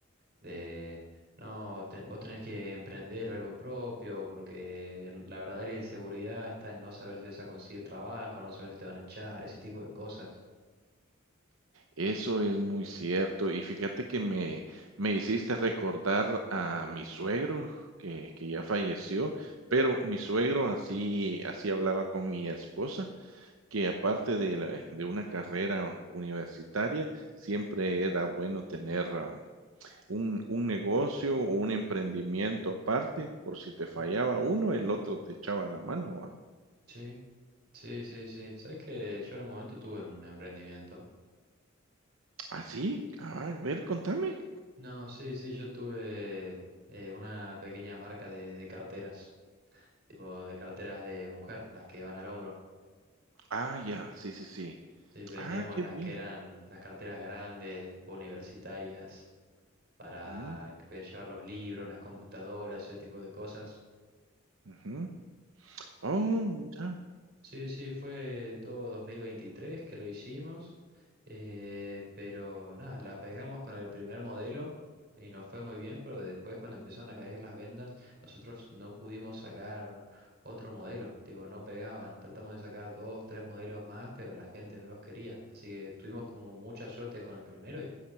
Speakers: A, on the right; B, on the right.
A: de, no, te- vos tenés que emprender algo propio, porque la verdadera inseguridad está en no saber si vas a conseguir trabajo, no saber si te van a echar, ese tipo de cosas.
B: Eso es muy cierto. Y fíjate que me me hiciste recordar a mi suegro, que que ya falleció, pero mi suegro así así hablaba con mi esposa, que aparte de la de una carrera universitaria, siempre era bueno tener, ah, un un negocio o un emprendimiento aparte, por si te fallaba uno, el otro te echaba la mano, ¿va?
A: Sí, sí, sí, sí. Sabes que yo en un momento tuve un emprendimiento.
B: ¿Ah, sí? Ah, A ver, contame.
A: No, sí, sí, yo tuve eh, una pequeña marca de, de carteras, tipo de carteras de mujer, las que van al hombro.
B: Ah, ya, sí, sí, sí.
A: Sí, vendíamos
B: Ah, qué
A: las
B: bien.
A: que eran las carteras grandes, tipo universitarias, para
B: Ujú,
A: que podías llevar los libros, las computadoras, ese tipo de cosas.
B: ujú. Oh, mira,
A: Sí, sí, fue todo 2023 que lo hicimos, eh, pero nada, la pegamos con el primer modelo y nos fue muy bien, pero después cuando empezaron a caer las ventas, nosotros no pudimos sacar otro modelo, tipo, no pegaban, tratamos de sacar dos, tres modelos más, pero la gente no los quería, así que tuvimos como mucha suerte con el primero y